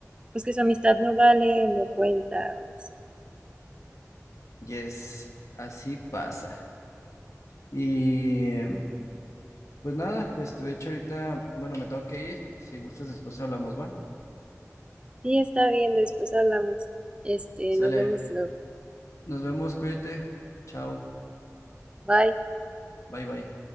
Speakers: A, on the right; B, on the left.
A: pues que su amistad no vale, no cuenta. o así.
B: Yes, así pasa. Y em, pues nada, este, de hecho ahorita, bueno, me tengo que ir. Si gustas, después hablamos, ¿va?
A: Sí, está bien, después hablamos. Este,
B: Sale,
A: nos vemos luego.
B: nos vemos, cuídate. Chao,
A: Bye.
B: bye bye.